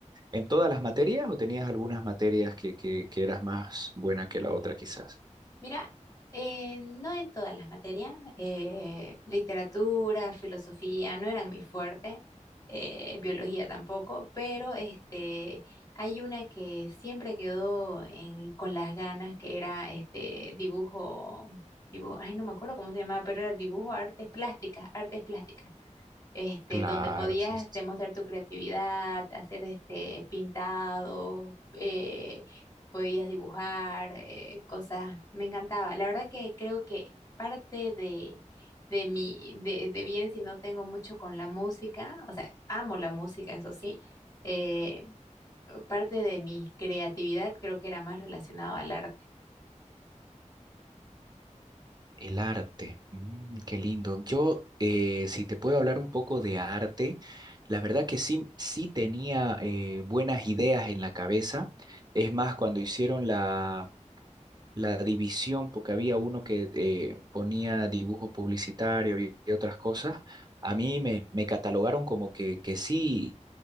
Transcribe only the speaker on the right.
¿En todas las materias o tenías algunas materias que, que, que eras más buena que la otra quizás?
Claro,
sí, sí,
El arte, Mm, qué lindo. Yo, eh, si te puedo hablar un poco de arte, la verdad que sí, sí tenía eh, buenas ideas en la cabeza. Es más, cuando hicieron la, la división, porque había uno que eh, ponía dibujo publicitario y, y otras cosas, a mí me, me catalogaron como que, que sí